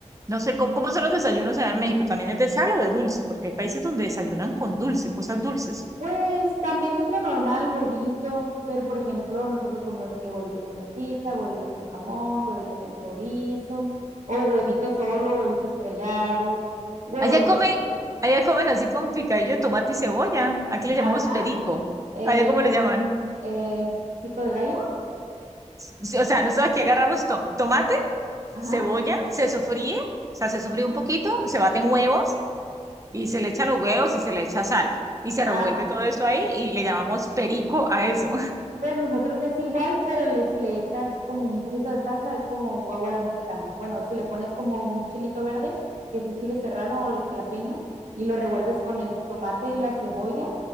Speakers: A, on the right (about 25°); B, on the right (about 80°).
A: No sé cómo, cómo son los desayunos allá en México, también es de sal o de dulce, porque hay países donde desayunan con dulce, cosas dulces.
B: Pues también es lo normal, huevito, pero por ejemplo, nosotros comemos de que huevito con salchicha, huevito con jamón, huevito con chorizo, o huevito solo, huevito estrellado, huevos
A: Allá comen,
B: golpeados.
A: allá comen así con picadillo de tomate y cebolla, aquí le
B: Ajá,
A: llamamos perico,
B: el,
A: allá cómo le llaman.
B: el pico de gallo,
A: Sí, o sea, nosotros aquí agarramos to tomate,
B: ajá.
A: cebolla, se sofríe, o sea, se sofríe
B: ajá.
A: un poquito, se baten huevos y se le echan los huevos y se le echa sal y se revuelve
B: Ah,
A: todo eso ahí y le llamamos perico a eso.
B: pues nosotros es igual, pero le, si le echas como un poquito de salsa, es como un huevo a la mexicana. Bueno, si le pones como un chilito verde, que es el chile serrano o el jalapeño, y lo revuelves con el tomate, la cebolla